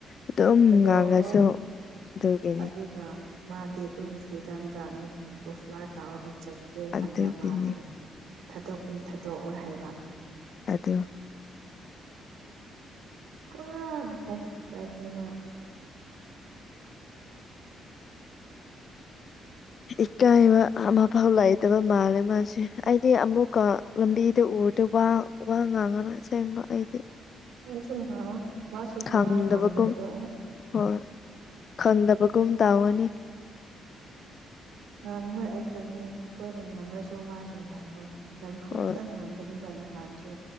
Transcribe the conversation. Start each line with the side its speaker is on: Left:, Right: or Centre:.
Left: ꯑꯗꯨꯝ
Right: ꯊꯥꯗꯣꯛꯑꯣꯏ
Left: ꯉꯥꯡꯉꯁꯨ ꯑꯗꯨꯒꯤꯅꯤ
Right: ꯑꯗꯨꯒ ꯃꯥꯗꯤ ꯑꯗꯨꯝ ꯐ꯭ꯔꯤꯗꯝꯗ ꯅꯨꯄꯤꯕꯨ ꯐ꯭ꯂꯥꯠ ꯇꯥꯎꯔꯒ ꯆꯠ ꯀꯦ
Left: ꯑꯗꯨꯒꯤꯅꯤ
Right: ꯍꯕ ꯃꯥꯁꯦ ꯊꯥꯗꯣꯛꯄꯨꯗꯤ ꯊꯥꯗꯣꯛꯑꯣꯏ ꯍꯥꯏꯕ
Left: ꯑꯗꯣ
Right: ꯄꯨꯥ ꯍꯥꯏꯅꯦ ꯃꯥ
Left: ꯏꯀꯥꯏꯕ ꯑꯃꯐꯥꯎ ꯂꯩꯥꯏꯇꯕ ꯃꯥꯜꯂꯦ ꯃꯥꯁꯦ ꯑꯩꯗꯤ ꯑꯃꯨꯛꯀ ꯂꯝꯕꯤꯗ ꯎ ꯍꯗ ꯋꯥ ꯋꯥ ꯉꯉꯅ ꯁꯦꯝꯦꯡꯕ ꯑꯩꯗꯤ
Right: ꯀꯁꯨ ꯉꯥꯡ ꯃꯥꯁꯨ ꯁꯨꯡꯉꯥꯡ
Left: ꯈꯪꯗꯕꯒꯨꯝ
Right: ꯉꯥꯡꯗꯕꯗꯣ ꯑꯣ
Left: ꯍꯣꯏ ꯈꯪꯗꯕꯒꯨꯝ ꯇꯥꯎꯉꯅꯤ
Right: ꯉꯥꯡꯉꯣꯏ ꯑꯩ ꯈꯪꯉꯤ ꯑꯩꯈꯣꯏꯅ ꯉꯥꯡꯉꯁꯨ ꯃꯥꯁꯨ ꯉꯥꯡꯉꯣꯏ ꯅꯝꯐꯨꯗ
Left: ꯍꯣꯏ
Right: ꯉꯥꯡꯕꯅꯦꯕ ꯅꯍꯥꯟꯁꯨ